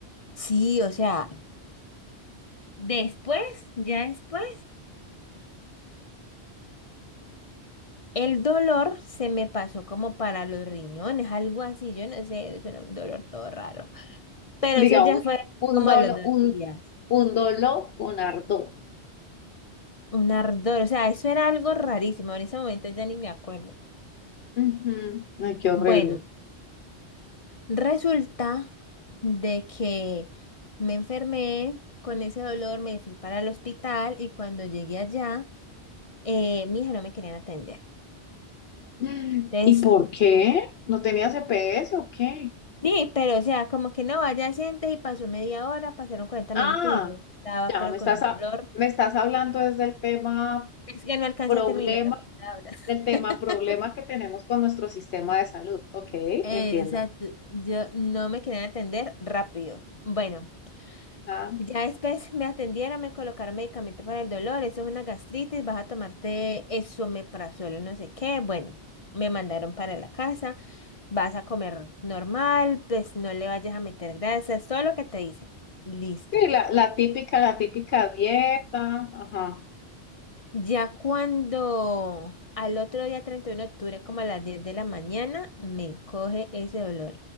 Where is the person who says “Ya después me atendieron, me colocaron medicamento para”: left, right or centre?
Left